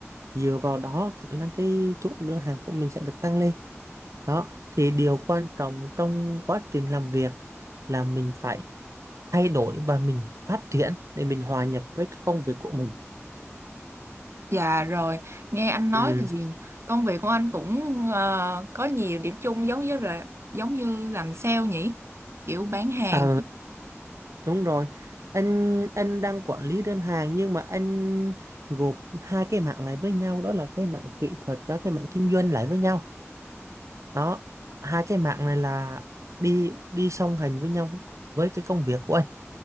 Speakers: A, on the right (about 85°); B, on the right (about 60°).
A: dựa vào đó khả năng cái chốt đơn hàng của mình sẽ được tăng lên. Đó, thì điều quan trọng trong quá trình làm việc là mình phải Thay đổi và mình phát triển để mình hòa nhập với các công việc của mình.
B: Dạ, rồi, nghe anh nói
A: Ừm,
B: thì công việc của anh cũng, ờ, có nhiều điểm chung giống với là giống như làm sale nhỉ? Kiểu bán hàng.
A: ờ, đúng rồi. Anh anh đang quản lý đơn hàng nhưng mà anh gộp 2 cái mảng lại với nhau, đó là cái mảng kỹ thuật và cái mảng kinh doanh lại với nhau. Đó, hai cái mảng này là đi đi song hành với nhau với cái công việc của anh.